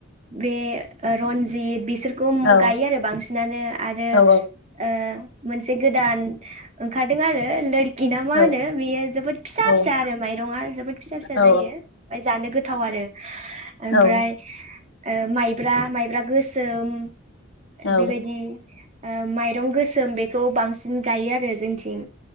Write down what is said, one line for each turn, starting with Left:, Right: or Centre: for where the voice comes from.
Right: बे ओ रन्जित बिसोर गम
Left: औ
Right: गायो आरो बांसिनानो आरो
Left: औ
Right: ओ मोनसे गोदान ओंखारदों आरो लोर गिना ना माहोनो
Left: औ
Right: बेयो जोबोद फिसा
Left: औ औ
Right: फिसा आरो माइरङा जोबोद फिसा फिसा
Left: औ
Right: जायो ओमफाय जानो गोथाव आरो। ओमफ्राय
Left: औ
Right: ओ माइब्रा माइब्रा गोसोम
Left: औ
Right: बेबायदि ओ माइरं गोसोम बेखौ बांसिन गायो आरो जोंथिं।